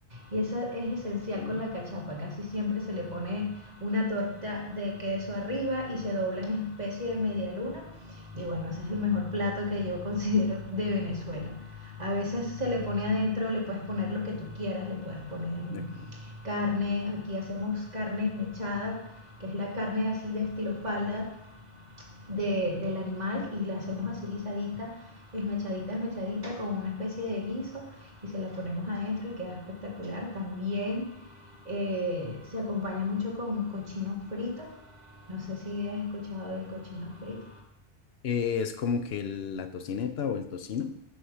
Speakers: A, on the right (about 35°); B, on the left (about 65°).
A: Y eso es esencial
B: ok,
A: con la cachapa. Casi siempre se le pone una torta de queso arriba y se dobla en especie de media luna. Y bueno, ese es el mejor plato que yo considero de Venezuela. A veces se le pone adentro, le puedes poner lo que tú quieras, le puedes poner
B: de acuerdo.
A: carne. Aquí hacemos carne mechada, que es la carne así de estilo falda, de, del animal y la hacemos así guisadita, esmechadita, esmechadita con una especie de guiso y se la ponemos adentro y queda espectacular. También eh, se acompaña mucho con cochino frito. No sé si has escuchado del cochino frito.
B: Eh, es como que el- la tocineta o el tocino.